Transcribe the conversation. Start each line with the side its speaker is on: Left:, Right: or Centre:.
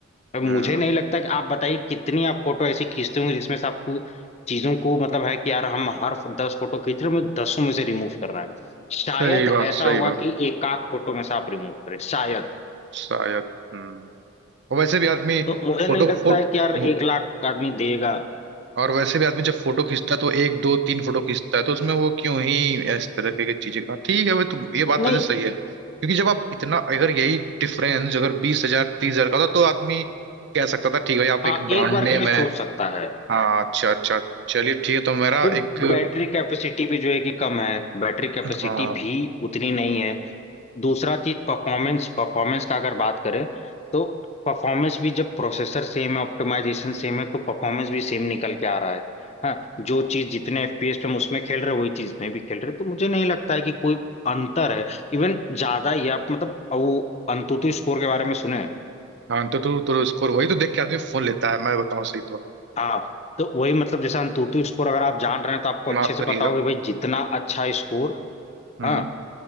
Left: अब मुझे
Right: हम्म
Left: नहीं लगता कि आप बताइए कितनी आप फोटो ऐसी खींचते होंगे जिसमें से आपको चीजों को मतलब है कि यार हम हर फो- दस फोटो खींच रहे हैं हमें दसों में से रिमूव करना है शायद
Right: सही
Left: ऐसा
Right: बात सही
Left: होगा
Right: बात
Left: कि एक आध फोटो में से आप रिमूव करें शायद
Right: शायद हम्म और वैसे भी आदमी
Left: तो मुझे
Right: फोटो
Left: नहीं लगता
Right: फोटो
Left: है कि यार एक लाख आदमी देगा
Right: और वैसे भी आदमी जब फोटो खींचता है तो एक दो तीन फोटो खींचता है तो उसमें वो क्यों ही इस तरह की चीजें हाँ, ठीक है वो तो ये बात
Left: नहीं
Right: तो वैसे सही है क्योंकि जब आप इतना अगर यही डिफरेंस अगर बीस हजार तीस हजार का होता तो आदमी कह सकता था ठीक है भाई आप
Left: हाँ
Right: एक ब्रांड
Left: एक बार
Right: नेम
Left: के लिए
Right: है
Left: सोच सकता है
Right: हाँ अच्छा अच्छा चलिए ठीक है तो मेरा
Left: भाई
Right: एक
Left: बैटरी कैपेसिटी भी जो है कि कम है बैटरी कैपेसिटी
Right: हाँ
Left: भी उतनी नहीं है दूसरा चीज परफॉर्मेंस परफॉर्मेंस का अगर बात करें तो परफॉर्मेंस भी जब प्रोसेसर सेम है ऑप्टिमाइजेशन सेम है तो परफॉर्मेंस भी सेम निकल के आ रहा है हाँ जो चीज जितने एफपीएस पे हम उसमें खेल रहे हैं वही चीज में भी खेल रहे हैं तो मुझे नहीं लगता है कि कोई अंतर है इवन ज्यादा ही है। आप मतलब वो अंतुतु स्कोर के बारे में सुने हैं?
Right: हाँ तो तू तो स्कोर वही तो देख के आदमी फोन लेता है मैं बताऊं सही तो
Left: हाँ तो वही मतलब जैसे अंतुतु स्कोर अगर आप जान रहे हैं तो आपको
Right: माफ
Left: अच्छे से
Right: करिएगा
Left: पता होगा कि भाई जितना अच्छा स्कोर
Right: हम्म
Left: हाँ